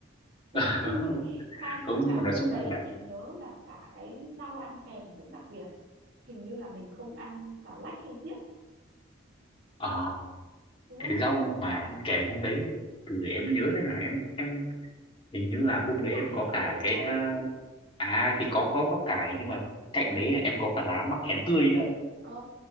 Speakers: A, on the right; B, on the left.
A: <laughs>
B: <laughs>
A: khoan
B: không
A: nhưng
B: nhưng
A: mà
B: mà nói
A: hôm
B: chung
A: đấy
B: là
A: chị nhớ là cả cái rau ăn kèm cũng đặc biệt hình như là mình không ăn xà lách hay diếp
B: ờ
A: đúng không
B: cái rau mà ăn kèm hôm đấy từ em nhớ thế nào em em hình như là hôm
A: rau
B: đấy
A: cải
B: em có
A: gì
B: cả
A: đấy hay
B: cái
A: sao
B: à
A: ấy
B: à, thì có có bắp cải nhưng mà cạnh đấy em có cả lá mắc khén tươi nữa
A: ờ